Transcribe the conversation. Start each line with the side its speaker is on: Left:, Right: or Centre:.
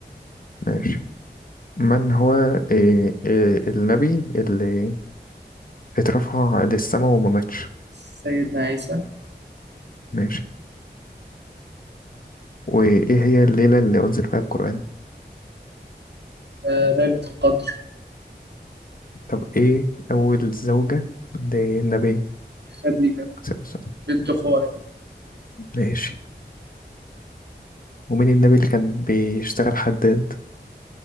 Left: ماشي من هو إيه إيه النبي اللي اترفع للسماء وما ماتش
Right: سيدنا عيسى
Left: ماشي وإيه هي الليلة اللي أنزل فيها القرآن
Right: آه ليلة القدر
Left: طب إيه أول زوجة للنبي
Right: خديجة
Left: صلى الله عليه وسلم؟
Right: بنت خويلد
Left: ماشي ومين النبي اللي كان بيشتغل حداد